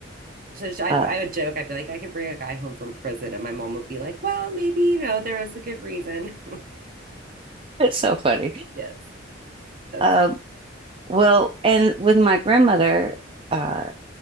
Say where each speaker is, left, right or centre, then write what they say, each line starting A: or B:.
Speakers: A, on the right; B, on the right.
A: So sh- I,
B: <laughs> uh,
A: I would joke, I'd be like, I could bring a guy home from prison. And my mom would be like, well, maybe, you know, there was a good reason.
B: it's so funny.
A: <laughs> yes, that's
B: Uh, well, and with my grandmother, uh,